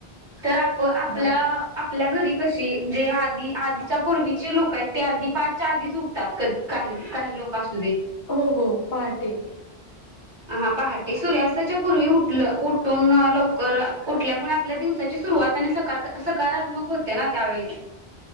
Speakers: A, on the right (about 50°); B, on the left (about 25°).
A: तर आप आपल्या
B: हा
A: आ आपल्या घरी कशी जे आधी आधीच्या पूर्वीचे लोक आहेत ते आधी पाचच्या आधीच उठतात कध काही काही लोक असत
B: होहो पहाटे
A: हा पहाटे सूर्यास्ताच्या पूर्वी उठल उठून लवकर उठल्यामुळे आपल्या दिवसाची सुरुवात आणि सकाळ सकारात्मक होते ना त्यावेळी